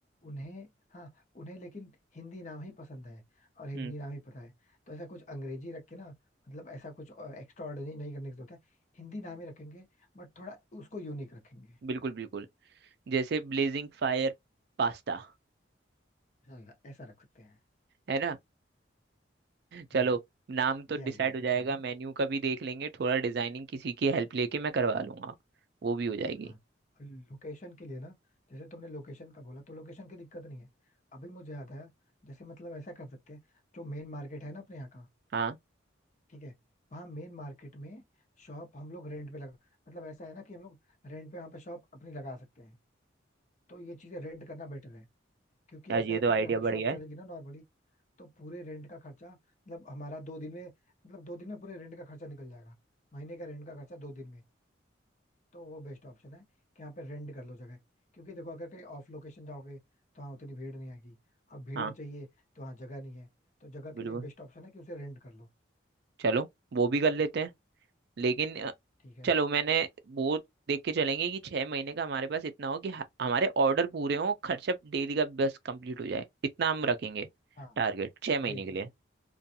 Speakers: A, on the left; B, on the right.
A: उन्हें हाँ उन्हें लेकिन हिंदी नाम ही पसंद है और हिंदी
B: हम्म
A: नाम ही पता है तो ऐसा कुछ अंग्रेजी रख के ना मतलब ऐसा कुछ एक्स्ट्रा ऑर्डिनरी नहीं करने की जरूरत है हिंदी नाम ही रखेंगे बट थोड़ा उसको यूनिक रखेंगे
B: बिल्कुल बिल्कुल जैसे ब्लेजिंग फायर पास्ता
A: हाँ ऐसा रख सकते हैं
B: है ना चलो
A: हाँ
B: नाम तो
A: ये
B: डिसाइड
A: आइडिया इनफेक्ट
B: हो जाएगा
A: बढ़िया
B: मेन्यू
A: है।
B: का भी देख लेंगे थोड़ा डिजाइनिंग किसी की हेल्प लेके मैं करवा लूंगा वो भी हो जाएगी
A: हाँ लोकेशन के लिए ना जैसे तुमने लोकेशन का बोला तो लोकेशन की दिक्कत नहीं है अभी मुझे याद आया जैसे मतलब ऐसा कर सकते हैं जो मेन मार्केट है ना अपने यहाँ का
B: हाँ
A: ठीक है वहाँ मेन मार्केट में शॉप हम लोग रेंट पे लगा मतलब ऐसा है ना कि हम लोग रेंट पे वहाँ पे शॉप अपनी लगा सकते हैं तो ये चीजें रेंट करना बेटर है क्योंकि
B: यार
A: ऐसा
B: ये
A: है
B: तो
A: कि
B: आइडिया
A: अगर हमारी
B: बढ़िया
A: शॉप चलेगी
B: है
A: ना नॉर्मली तो पूरे रेंट का खर्चा मतलब हमारा दो दिन में मतलब दो दिन में पूरे रेंट का खर्चा निकल जाएगा महीने का रेंट का खर्चा दो दिन में तो वो बेस्ट ऑप्शन है कि यहाँ पे रेंट कर लो जगह क्योंकि देखो अगर कहीं ऑफ लोकेशन जाओगे तो हाँ उतनी भीड़ नहीं आएगी अब भीड़
B: हाँ
A: चाहिए तो हाँ जगह नहीं है तो जगह
B: बिल्कुल
A: के लिए बेस्ट ऑप्शन है कि उसे रेंट कर लो
B: चलो वो भी कर लेते हैं लेकिन
A: ठीक है
B: चलो मैंने वो देख के चलेंगे कि छह महीने का हमारे पास इतना हो कि ह- हमारे ऑर्डर पूरे हों खर्चा डेली का बस कंप्लीट हो जाए इतना हम रखेंगे
A: हाँ
B: टारगेट छह महीने
A: वही
B: के
A: चीज
B: लिए
A: है